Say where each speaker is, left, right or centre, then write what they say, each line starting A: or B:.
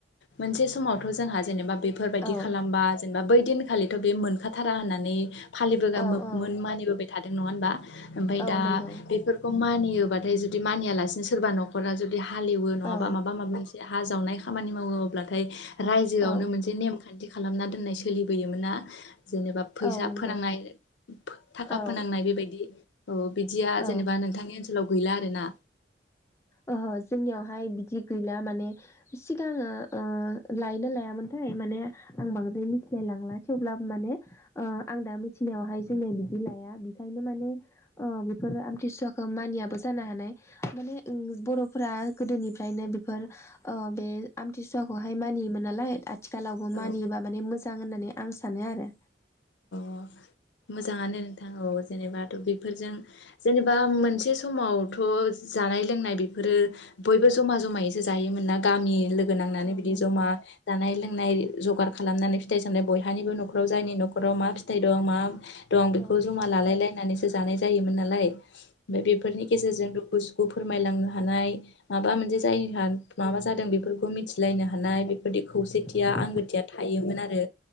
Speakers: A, on the left (about 80°); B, on the left (about 15°).
A: मोनसे समावथ' जोंहा जेनेबा, बेफोरबायदि
B: औ
A: खालामबा जेनेबा बै दिनखालिथ' बे मोनखाथारा होननानै फालिबोगा
B: औ औ
A: मानिबोबाय थादों नङा होनोमबा? ओमफाय
B: औ
A: दा
B: नंगौ
A: बेफोरखौ मानियोबाथाय जुदि मानियालासिनो सोरबा न'खरा जुदि हालेवो नङाबा
B: औ
A: माबा माबा मोनसे हा जावनाय खामानि मावो अब्लाथाय रायजोआवनो
B: औ
A: मोनसे नेम खान्थि खालामना दोननाय सोलिबोयोमोना जेनेबा फैसा
B: औ नंगौ
A: फोनांनाय। थाखा
B: औ
A: फोनांनाय बेबायदि ओ बिदिया
B: औ
A: जेनेबा नोंथांनि ओनसोलाव गैला आरो ना?
B: ओहोजोंनियावहाय बिदि गैला माने, सिगाङो ओ लायनो लायामोन थाय माने आं बांद्राय मिथि थिलायलांला थेवब्लाबो माने ओ आं दा मिथिनायावहाय जोंङो बिदि लाया बेखायनो माने ओ बेफोरो आमतिसुवाखौ मानियाबो जानो हानाय माने ओं बर'फोरा गोदोनिफ्रायनो बेफोर ओ बे आमथिसुवाखौहाय मानियोमोन नालाय आ थिखालावबो
A: औ
B: मानियोबा माने मोजां होननानै आं सानो आरो।
A: अ मोजाङानो नोंथां औ जेनेबा थ' बिफोरजों जेनेबा मोनसे समावथ' जानाय लोंनाय बेफोरो बयबो जमा जमायैसो, जायोमोन ना गामि लोग गो नांनानै
B: औ
A: बिदि
B: नंगौ
A: जमा जानाय लोंनाय जगार खालामनानै फिथाइ सामथाय बयहानिबो
B: औ
A: न'ख'राव जायनि नख' न'खराव मा फिथाइ दं मा दं बेखौ
B: औ
A: जमा
B: नंगौ
A: लालाय लायनानैसो जानाय जायोमोन नालाय। ओमफ्राय बेफोरनि गेजेरजों दुखु सुखु फोरमायलांनो हानाय माबा मोनसे जायनि हार माबा जादों बेफोर खौ मिथिलायनो हानाय बेफोरदि खौसेथिया
B: औ
A: आंगोथिया थायोमोन आरो